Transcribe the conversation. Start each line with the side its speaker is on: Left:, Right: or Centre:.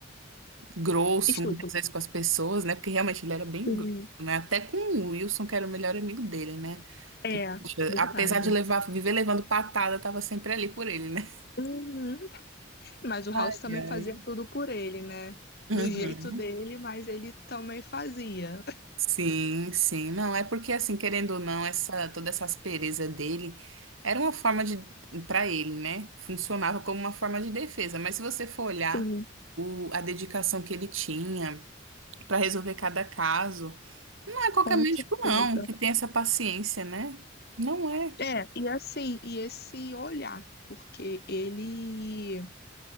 Right: grosso
Left: estúpido.
Right: muitas vezes com as pessoas, né? Porque realmente ele era bem
Left: Sim,
Right: grosso, né? Até com o Wilson, que era o melhor amigo dele, né?
Left: é,
Right: Que, poxa,
Left: verdade.
Right: apesar de levar, viver levando patada, tava sempre ali por ele, né?
Left: Uhum. Mas o
Right: Ai,
Left: House também
Right: ai.
Left: fazia tudo por ele, né?
Right: Uhum.
Left: Do jeito dele, mas ele também fazia.
Right: Sim, sim. Não, é porque assim, querendo ou não, essa toda essa aspereza dele era uma forma de para ele, né? Funcionava como uma forma de defesa, mas se você for olhar
Left: Sim,
Right: o, a dedicação que ele tinha para resolver cada caso. Não é qualquer
Left: com
Right: médico,
Left: certeza.
Right: não, que tem essa paciência, né? Não é.
Left: É, e assim, e esse olhar, porque ele